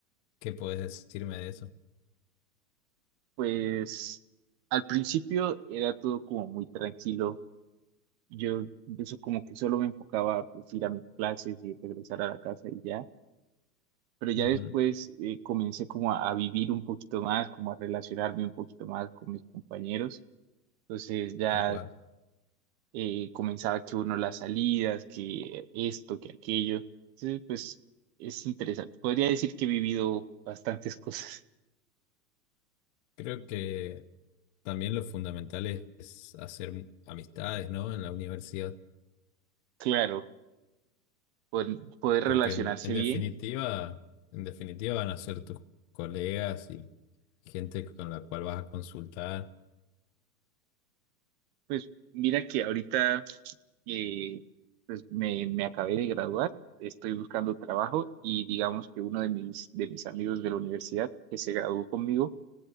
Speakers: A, on the left; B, on the right.
A: ¿qué puedes decirme de eso?
B: Pues al principio era todo como muy tranquilo. Yo eso como que solo me enfocaba a pues, ir a mis clases y regresar a la casa y ya. Pero ya
A: Ujú,
B: después eh, comencé como a, a vivir un poquito más, como a relacionarme un poquito más con mis compañeros. Entonces ya
A: tal cual.
B: eh, comenzaba que uno las salidas, que esto, que aquello. Entonces pues es interesante. Podría decir que he vivido bastantes <laughs> cosas.
A: Creo que también lo fundamental es, es hacer amistades, ¿no? En la universidad,
B: Claro, poder, poder relacionarse
A: porque en, en definitiva,
B: bien.
A: en definitiva van a ser tus colegas y gente con la cual vas a consultar.
B: Pues mira que ahorita eh, pues me, me acabé de graduar, estoy buscando trabajo y digamos que uno de mis, de mis amigos de la universidad que se graduó conmigo,